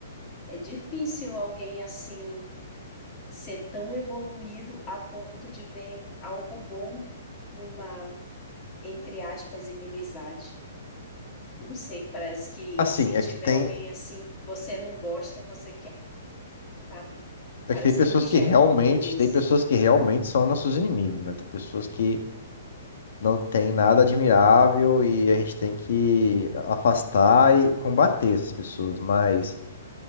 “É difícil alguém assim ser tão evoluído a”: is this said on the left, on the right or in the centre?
Left